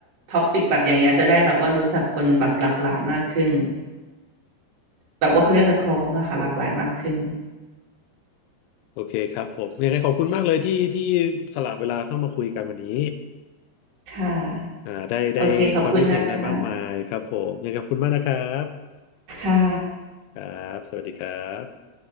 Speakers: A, on the right; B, on the left.
A: ท็อปิกแบบอย่างเงี้ยจะได้แบบว่ารู้จักคนแบบหลากหลายมากขึ้นแบบว่าเขาเรียกนักร้องอะค่ะหลากหลายมากขึ้น
B: โอเคครับผมยังไงขอบคุณมากเลยที่ที่สละเวลาเข้ามาคุยกันวันนี้
A: ค่ะ
B: อ่าได้ได้ความคิดเห็นอะไรมากมายครับผมยังไงขอบคุณมากนะครับ
A: โอเค ขอบคุณนะคะค่ะ
B: ครับสวัสดีครับ